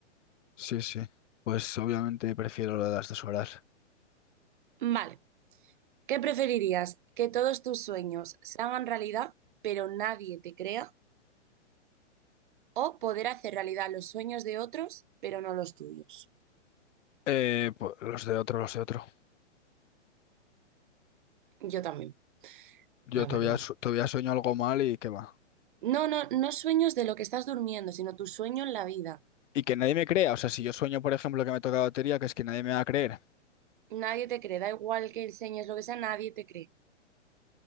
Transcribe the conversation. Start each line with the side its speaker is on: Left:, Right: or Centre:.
Left: Sí, sí. Pues obviamente prefiero lo de las dos horas.
Right: Vale. ¿Qué preferirías? ¿Que todos tus sueños se hagan realidad, pero nadie te crea? ¿O poder hacer realidad los sueños de otros, pero no los tuyos?
Left: Eh, pues los de otro, los de otro.
Right: Yo también,
Left: Yo
Right: la
Left: todavía,
Right: verdad.
Left: su- todavía sueño algo mal y qué va.
Right: No, no, no sueños de lo que estás durmiendo, sino tu sueño en la vida.
Left: Y que nadie me crea. O sea, si yo sueño, por ejemplo, que me toca la lotería, que es que nadie me va a creer.
Right: Nadie te cree, da igual que enseñes lo que sea, nadie te cree.